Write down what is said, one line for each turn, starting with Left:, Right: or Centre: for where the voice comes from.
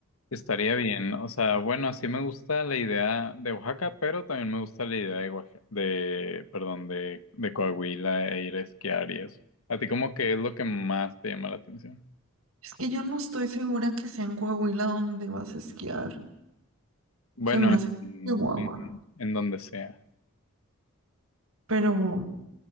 Left: Estaría bien, o sea, bueno, sí me gusta la idea de Oaxaca, pero también me gusta la idea de, Oaxa- de, perdón, de, de Coahuila e ir a esquiar y eso. ¿A ti como que es lo que más te llama la atención?
Right: Es que yo no estoy segura que sea en Coahuila donde vas a esquiar.
Left: Bueno,
Right: Se me hace
Left: en,
Right: Chihuahua.
Left: en en donde sea.
Right: Pero